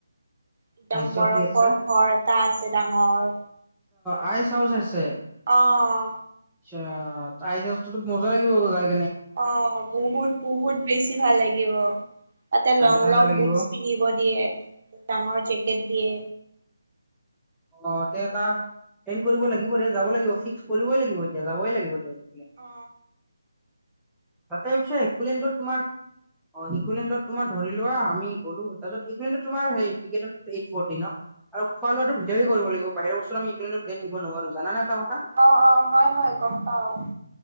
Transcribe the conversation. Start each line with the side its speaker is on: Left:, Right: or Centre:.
Right: একদম
Centre: আইচৰ
Right: বৰফৰ
Centre: কি আছে
Right: ঘৰ এটা আছে ডাঙৰ
Centre: আইছ হাউচ আছে।
Right: আহ
Centre: আচ্ছা আইছ হাউচ মজা লাগিব আ যায়
Right: অ বহুত বহুত বেছি ভাল লাগিব। তাতে
Centre: ঠাণ্ডা
Right: লং
Centre: ঠাণ্ডা
Right: লং
Centre: লাগিব
Right: বুটছ পিন্ধিব দিয়ে ডাঙৰ জেকেট দিয়ে।
Centre: অ ত এটা প্লেন কৰিব লাগিব ৰে যাব লাগিব, ফিক্স কৰিবই লাগিব এতিয়া যাবই লাগিবই দে।
Right: অ।
Centre: তাতে পিছে ইকলেণ্ডত তোমাৰ অ ইকলেণ্ড তোমাৰ ধৰি লোৱা আমি গ'লো, তাৰপিত ইকলেণ্ডত তোমাৰ হেৰী টিকেট ত এইট ফৰ্টি ন আৰু খোৱা লোৱা ভিতৰ কৰিব লাগিব বাহিৰা বস্তু আমি একো ইকলেণ্ডত নিব নোৱাৰি জানা নে এটা কথা।
Right: অ, অ হয়, হয় গম পাওঁ।